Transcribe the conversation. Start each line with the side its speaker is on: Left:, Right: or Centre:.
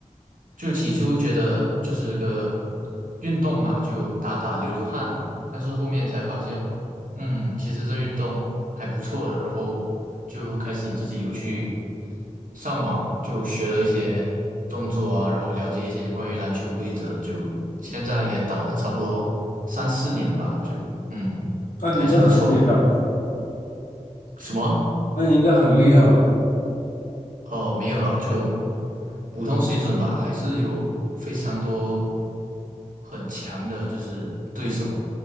Right: 就起初觉得就是个运动嘛，就打打流流汗，但是后面才发现，哦嗯，其实这运动还不错的，然后就开始自己有去上网就学了一些动作啊，然后了解一些关于篮球规则，就现在也打了差不多三四年吧，就嗯，
Left: 那你应该很厉害吧？
Right: 还是不错的。什么啊
Left: 那你应该很厉害吧？
Right: 哦，没有啊，就普通水准吧，还是有非常多很强的，就是对手。